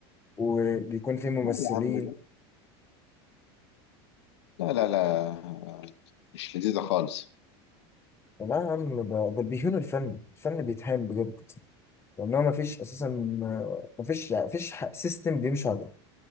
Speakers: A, on the left; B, on the left.
A: وبيكون فيه ممثلين
B: لا يا عم لا لا لا مش لذيذة خالص
A: لا يا عم ده ده بيهون الفن الفن بيتهان بجد لأن هو مفيش أساسا آه، مفيش مفيش سيستم بيمشي عليه